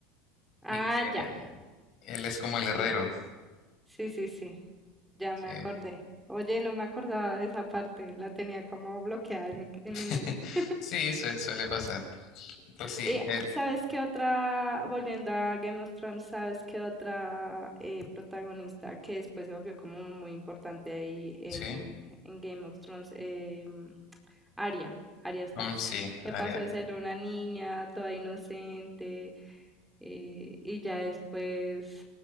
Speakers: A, in the centre; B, on the left.
A: Ah,
B: y que
A: ya.
B: él es como el
A: Sí.
B: herrero.
A: Sí, sí, sí. Ya
B: Sí,
A: me acordé. Oye, no me acordaba de esa parte. La tenía como bloqueada en mi, en
B: <laughs>
A: mi mente.
B: Sí, sue- suele pasar. Pues sí,
A: Eh,
B: él-
A: ¿sabes qué otra, volviendo a Game of Thrones, ¿sabes qué otra eh, protagonista que después se volvió como muy importante ahí en,
B: sí,
A: en Game of Thrones? Em, Arya, Arya Stark,
B: mm, sí,
A: que
B: Arya.
A: pasó de ser una niña toda inocente eh, y ya después